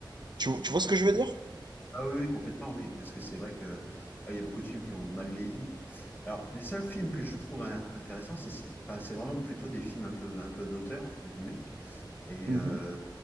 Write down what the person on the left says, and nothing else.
Ah oui, oui, complètement, oui, parce que c'est vrai que ouais, il y a beaucoup de films qui ont mal vieilli. Alors, les seuls films que je trouve hein, intéressants, c'est c'est- enfin, c'est vraiment plutôt des films un peu, un peu d'auteur, entre guillemets. Et
euh,